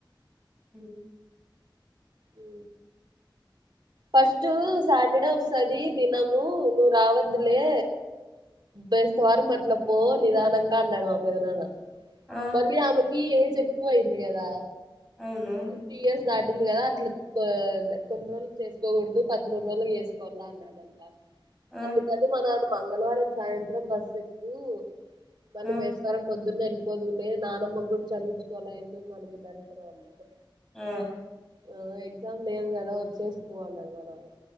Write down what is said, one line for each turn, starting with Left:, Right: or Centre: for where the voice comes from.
Centre: అ
Right: ఉ ఫస్ట్ సాటర్డే వస్తది దినము నువ్వు రావద్దులే బేస్తవారం అట్ల పో నిదానంగా అన్నాడు మా పెద నాన్న
Centre: ఆ!
Right: మళ్ళీ ఆమె ఇ ఏజ్ ఎక్కువ అయింది కదా
Centre: అవును.
Right: ఫిఫ్టీయర్స్ ధాట్ పంది కదా అట్లా కొన్ని రోజులు చేసుకోకూడదు పద్ముడూ రోజులుకి చేసుకోవాల అన్నాడంట
Centre: ఆ!
Right: అందు కది మ నానమ్ మంగళవారం సాయంత్రం బస్ ఎక్కు మళ్ళ
Centre: ఆ!
Right: బేసవారం పొద్దున్న వెళ్ళిపోదులే నానమ్మ కూడా చల్లిించుకోవాలి ఎందుకు మనకి దరిద్రం అన్నారు
Centre: ఆ
Right: ఆ ఎగ్జామ్ లేదు కదా వచ్చేసి పో అన్నాడు మా నాన్న